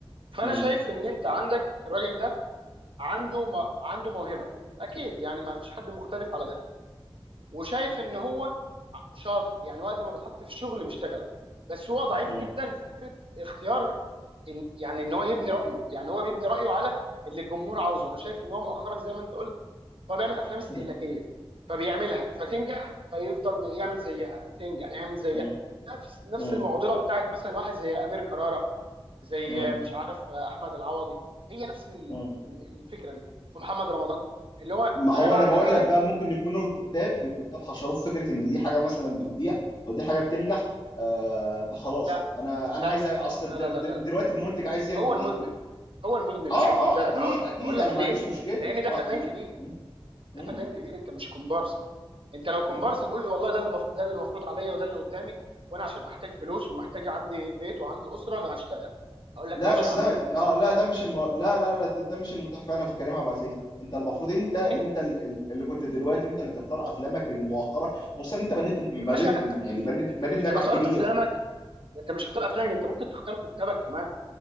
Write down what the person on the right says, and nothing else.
فانا
شايف ان انت عندك الراجل ده عنده م... عنده موهبه اكيد يعني ما فيش حد مختلف على ده وشايف ان هو شاطر يعني وقت ما بيتحط في شغل بيشتغله بس هو ضعيف
جدا في فكره اختيار إن يعني ان هو يبني رايه يعني هو بيبني رايه على اللي الجمهور عاوزه انا شايف ان هو مؤخرا زي ما انت قلت هو بيعمل افلام استهلاكيه
فبيعملها فتنجح فيفضل يعمل زيها تنجح يعمل زيها
نفس نفس
المعضله بتاعت مثلا واحد زي امير كرارة زي
مش عارف احمد العوضي هي نفس ال-
ال- الفكره دي ومحمد رمضان اللي هو
انا بعمل
حاجه
لا
لا
لا
لا لا,
لا.
هو
المذنب هو المذنب
مش الكتاب
هقول
هقول
لك
ليه
لان ده
فنان
كبير
ده فنان كبير انت مش كومبارس انت لو كومبارس
تقول لي والله ده اللي المف... ده اللي المفروض عليا وده اللي قدامي وانا عشان محتاج فلوس ومحتاج عندي بيت وعندي اسره انا هشتغل اقول لك
ماشي
يا عم
تمام
صح
فاهمني
يا باشا
انت
مش
بتختار
افلامك انت مش بتختار افلامك انت ممكن تختار كتابك كمان